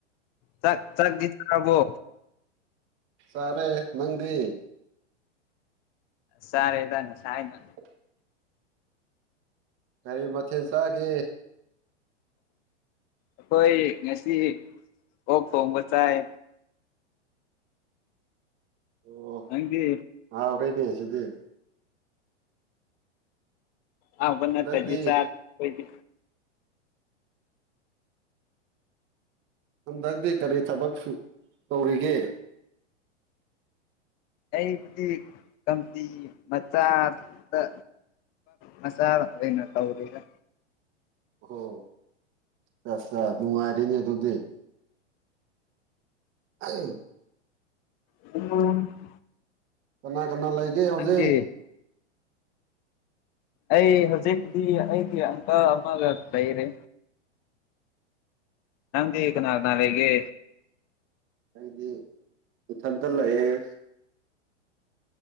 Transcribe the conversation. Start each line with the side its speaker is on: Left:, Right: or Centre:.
Left: ꯆꯥꯛ ꯆꯥꯗꯤ ꯆꯥꯔꯕꯣ?
Right: ꯆꯥꯔꯦ ꯅꯪꯗꯤ?
Left: ꯆꯥꯔꯦꯗ ꯉꯁꯥꯏꯅ
Right: <unintelligible> ꯀꯔꯤ ꯃꯊꯦꯟ ꯆꯥꯒꯦ?
Left: ꯑꯈꯣꯏ ꯉꯁꯤ ꯑꯣꯛ ꯊꯣꯡꯕ ꯆꯥꯏ꯫
Right: ꯑꯣ
Left: ꯅꯪꯗꯤ
Right: ꯍꯥꯎꯔꯦꯅꯦ ꯁꯤꯗꯤ꯫
Left: ꯑꯍꯥꯎꯕ ꯅꯠꯇꯗꯤ
Right: ꯍꯟꯗꯛꯇꯤ
Left: ꯆꯥ ꯈꯣꯏꯗꯤ꯫
Right: ꯍꯟꯗꯛꯇꯤ ꯀꯔꯤ ꯊꯕꯛ ꯁꯨ ꯇꯧꯔꯤꯒꯦ?
Left: ꯑꯩꯕꯨꯗꯤ ꯀꯝꯄꯤ ꯃꯆꯥꯗ ꯃꯆꯥ ꯑꯣꯏꯅ ꯇꯧꯔꯤꯗ
Right: ꯑꯣ ꯆꯥ ꯁꯥ ꯅꯨꯡꯉꯥꯏꯔꯤꯅꯤ ꯑꯗꯣꯗꯤ꯫ <unintelligible>
Left: <unintelligible>
Right: ꯀꯅꯥ ꯀꯅꯥ ꯂꯩꯒꯦ ꯍꯧꯖꯤꯛ?
Left: ꯅꯪꯗꯤ ꯑꯩ ꯍꯧꯖꯤꯛꯇꯤ ꯑꯩꯒꯤ ꯑꯪꯀꯜ ꯑꯃꯒ ꯂꯩꯔꯤ꯫ ꯅꯪꯗꯤ ꯀꯅꯥ ꯀꯅꯤ ꯂꯩꯒꯦ?
Right: ꯑꯩꯗꯤ ꯏꯊꯟꯇ ꯂꯩꯌꯦ꯫